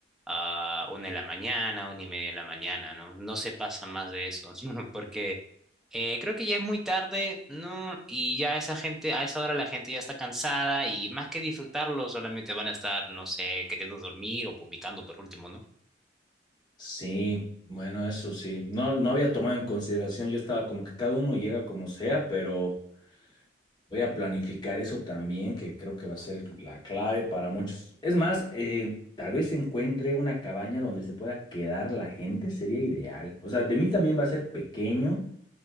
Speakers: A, in the centre; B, on the left.
A: a una de la mañana, una y media de la mañana, ¿no? No se pasa más de eso, <laughs> porque eh, creo que ya es muy tarde, ¿no? Y ya esa gente, a esa hora la gente ya está cansada y más que disfrutarlo, solamente van a estar, no sé, queriendo dormir o vomitando por último, ¿no?
B: Sí, bueno, eso sí. No, no había tomado en consideración. Yo estaba como que cada uno llega como sea, pero voy a planificar eso también, que creo que va a ser la clave para muchos. Es más, eh, tal vez encuentre una cabaña donde se pueda quedar la gente, sería ideal. O sea, de mí también va a ser pequeño.